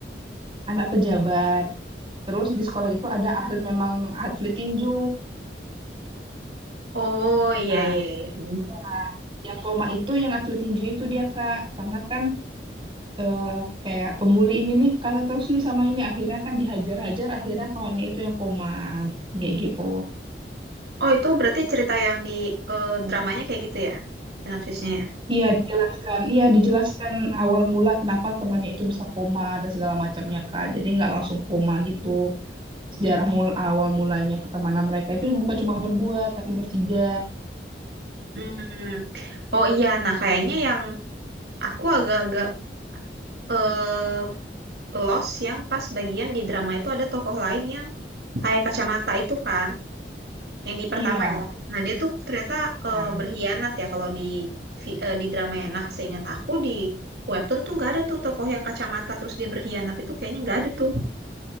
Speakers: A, on the right; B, on the right.
A: anak pejabat. Terus
B: Hmm.
A: di sekolah itu ada ahli memang atlet tinju.
B: oh iya
A: Nah,
B: iya iya Hmm.
A: ya, yang koma itu yang atlet tinju itu dia Kak, karena kan eh, kayak pembuli ini nih kalah terus nih sama ini akhirnya kan dihajar-hajar akhirnya kawannya itu yang koma kayak gitu.
B: oh itu berarti cerita yang di eh, dramanya kayak gitu ya sinopsisnya ya
A: Iya dijelaskan, iya dijelaskan awal mula kenapa temannya itu bisa koma dan segala macamnya Kak. Jadi nggak langsung koma gitu. Sejarah mul awal mulanya pertemanan mereka itu bukan cuma berdua tapi bertiga.
B: Hmm. Oh iya, nah kayaknya yang aku agak-agak eh, Lost yang pas bagian di drama itu ada tokoh lain yang pakai kacamata itu kan, yang di
A: Iya,
B: pertama ya. Nah, dia tuh ternyata
A: iya,
B: eh, berkhianat ya kalau di fi- eh, di drama ya. Nah, seingat aku di webtoon tuh nggak ada tuh tokoh yang kacamata terus dia berkhianat itu kayaknya nggak ada tuh.